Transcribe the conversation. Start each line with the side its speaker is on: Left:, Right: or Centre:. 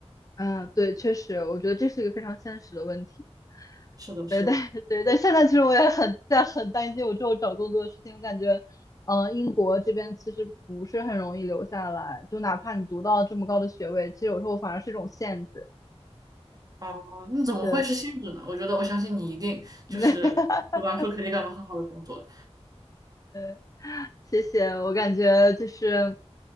Left: 嗯，对，确实，我觉得这是一个非常现实的问题。
Right: 是的，是的。
Left: 对对对对，现在其实我也很在很担心我之后找工作的事情，我感觉，嗯、呃英国这边其实不是很容易留下来，就哪怕你读到这么高的学位，其实有时候反而是一种限制。
Right: 哦，那怎么会是限制呢？
Left: 对，
Right: 我觉得我相信你一定就是读完书肯定干到很好的工作，
Left: <laughs> 哈对。谢谢，我感觉就是，